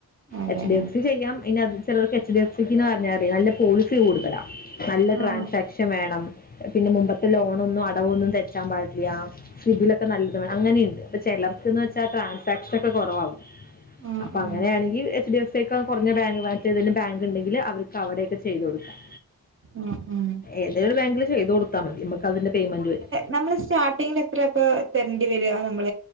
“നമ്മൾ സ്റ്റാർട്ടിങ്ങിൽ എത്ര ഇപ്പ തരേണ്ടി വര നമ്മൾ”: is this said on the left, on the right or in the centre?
Right